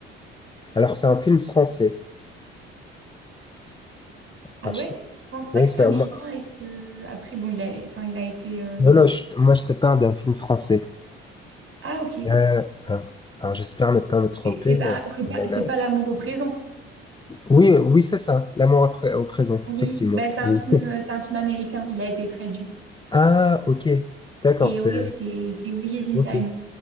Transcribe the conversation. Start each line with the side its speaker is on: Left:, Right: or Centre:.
Left: alors, c'est un film français.
Right: Ah
Left: Alors,
Right: ouais?
Left: je-
Right: Je pense pas
Left: oui,
Right: que c'est
Left: c'est
Right: américain
Left: un- moi-
Right: et que après bon il a enfin il a été euh,
Left: Non, non, je- moi, je te parle d'un film français.
Right: Ah ok.
Left: Euh, alors, alors, j'espère ne pas me tromper.
Right: Et C'est pas
Left: euh, c'est
Right: c'est pas
Left: la-
Right: c'est
Left: la-
Right: pas l'amour au présent.
Left: Oui, oui, c'est ça. L'amour après- au présent,
Right: Oui,
Left: effectivement.
Right: bah, c'est un
Left: Oui.
Right: film
Left: <laughs>
Right: euh, c'est un film américain, il a été traduit.
Left: Ah, ok. D'accord,
Right: Et
Left: c'est...
Right: ouais, c'est c'est We Live in
Left: Ok.
Right: Time.